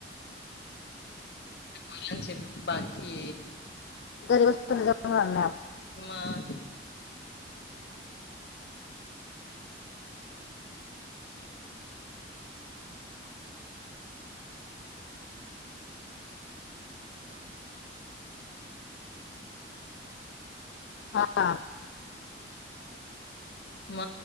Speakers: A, on the left; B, on the left.
A: म्ह बाकी
B: घरी वस्तू जणार नाही
A: मग
B: हा <inaudible>
A: मग